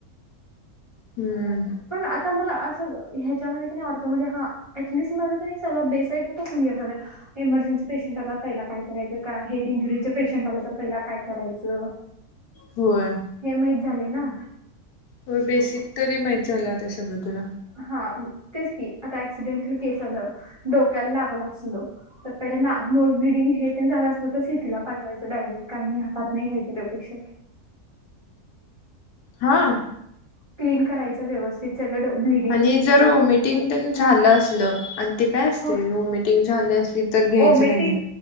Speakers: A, on the left; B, on the right.
A: हम्म.
B: पण आता मला असं, ह्याच्यामध्ये की नै ऑर्थोमध्ये अॅटलिस्ट माझ सगळं बेसय का? एखादं एमर्जन्सी पेशंट आला पहिला काय करायंच, काय हे इंजुरी पेंशट आला पयला काय करायचं.
A: होय
B: हे माहित झालय ना.
A: हो, बेसिक तरी माहित झालं, आता सगळं तुला.
B: हा. तेच की, आता ऍक्सिडेंटल केस आलं. डोक्याला लागलं असल, तर पहिले ना नोज ब्लिडिंग हे तेन झालं असलं तर सिटीला पाटवायचं डायरेट. काय नाही हातात नाही घ्यायचं ते पेशंट.
A: हा.
B: क्लीन करायंच व्यवस्थित. सगळ ब्ली
A: आणि जर वॉमिटिंग तेन झालं असलं, आणि ते काय असतय.
B: हो
A: वॉमिटिंग झाली असली तर घ्यायचं
B: ओमेटिंग
A: का नाही